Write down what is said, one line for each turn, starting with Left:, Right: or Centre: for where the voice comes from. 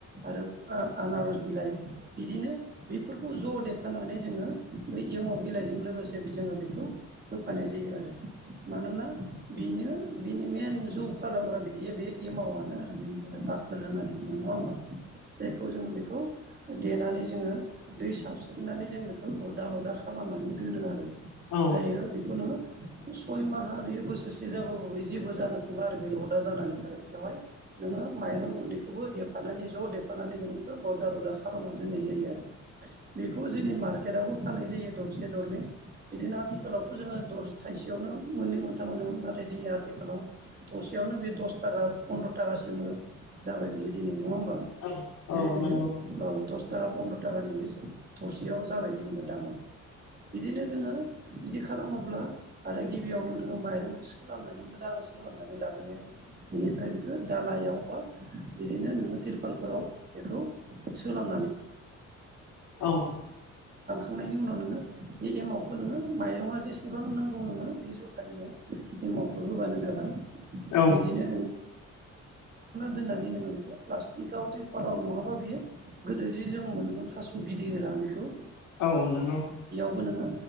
Right: आरो आनारस बिलाइ बिदिनो बेफोरखौ ज' देफानानै जोङो बै एमाव बिलाइजों लोगोसे जोङो बेखौ होफानाय जायो आरो मानोना बेनो बिनि मइेन जौ खालामग्रा बिदि बे एमावनो आरो जोंनि थाखाय बाखोर होननानै बुङो नङा होमबा जायखौ जोङो बेखौ देनानै जोङो दै साबस्रिनानै जों बेखौ लदा लदा खालामनानै दोनो आरो
Left: औ
Right: जायो बेखौ नोङो सय माहा बेयो बोसोरसे जाबाबो बे जेबो जानो थांला आरो बे लदा जानानै थागोन बेयावहाय नोङो माइरं गुन्दैखौबो देफानानै ज' देफानानै जों बेखौ लदा लदा खालामनानै दोननाय जायो आरो बेखौ जोंनि मार्केटआवबो फाननाय जायो दरसे दरनै बिदिनो आथिखालावथ' जोङो दसे थाइसेयावनो मोननै मोनथाम मोनोमोन नाथाय दिनै आथिखालाव थरसेयावनो बे दस थाखा फन्द्र' थाखासिम जाबाय बियो दिनै नङा होमबा
Left: औ
Right: जेरै
Left: औ
Right: बियो
Left: नंगौ
Right: दस थाखा फन्द्र' थाखानि बे थरसेयाव जाबाय जेनेबा दामा बिदिनो जोङो बिदि खालामोब्ला आरो गिबियावनो नोङो माइरंखौ सोलानानै मोजां सोलोंनानै लाग्रोयो बेनिफ्राय बेखौ दालायाव बा बिदिनो नोङो तिरपालफोराव बेखौ सोलाब
Left: औ
Right: नायनि उनाव नोङो बे एमावखौ नोङो माइरं आ जेसेबां नांगौ नोङो बे जखानिनो एमावखो ना
Left: औ
Right: दोननानै नोङो बेखौ प्लास्टिकआव तिरपालाव नङाबा बेयो गोदोजे जों मोनोमोन थास' गिदिरा बेखौ
Left: औ नंगौ
Right: बेयावबो नोङो